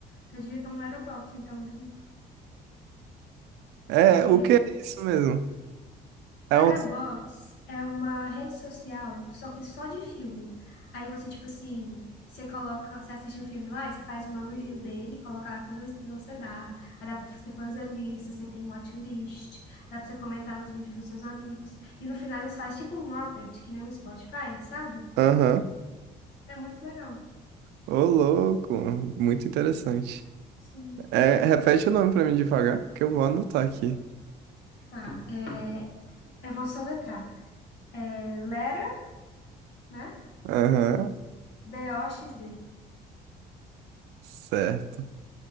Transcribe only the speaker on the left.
Você devia ter um Letterboxd então, viu?
Porque
Letterboxd
é uma rede social, só que só de filme. Aí você, tipo assim, você coloca, você assiste um filme lá e você faz uma review dele, coloca lá quantas estrelas você dá. Aí dá pra você fazer lista, você tem watchlist, dá pra você comentar nos reviews dos seus amigos. E no final eles fazem tipo um Wrapped, que nem o Spotify, sabe?
É muito legal.
Sim.
Tá, é, eu vou soletrar. É Lera, né?
B-O-X-D.